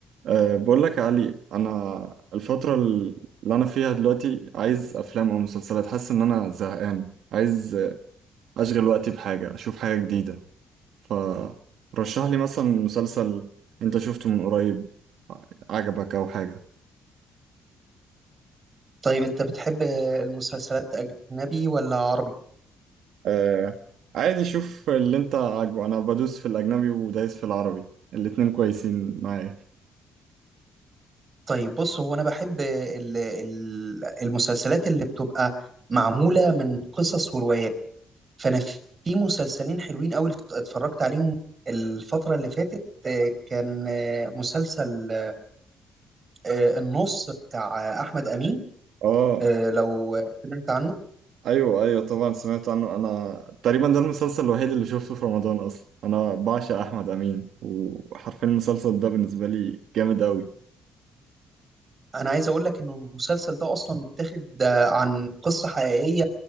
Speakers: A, on the right (about 75°); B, on the right (about 35°).
A: أه بقول لك يا علي انا الفتره اللي انا فيها دلوقتي عايز افلام او مسلسلات حاسس ان انا زهقان عايز اشغل وقتي بحاجه اشوف حاجه جديده فرشح لي مثلا مسلسل انت شفته من قريب عجبك او حاجه
B: طيب انت بتحب المسلسلات اجنبي ولا عربي
A: أه عادي شوف اللي انت عاجبه انا بدوس في الاجنبي ودايس في العربي الاتنين كويسين معايا
B: طيب بص هو انا بحب ال- ال- المسلسلات اللي بتبقى معمولة من قصص وروايات فانا في مسلسلين حلوين قوي اتفرجت عليهم الفترة اللي فاتت آه، كان آه، مسلسل آه، النص بتاع آه، احمد امين
A: اه
B: آه، لو سمعت عنه
A: ايوه ايوه طبعا سمعت عنه انا تقريبا ده المسلسل الوحيد اللي شفته في رمضان اصلا انا بعشق احمد امين وحرفيا المسلسل ده بالنسبه لي جامد قوي
B: انا عايز اقول لك ان المسلسل ده اصلا متاخد آه، عن قصة حقيقية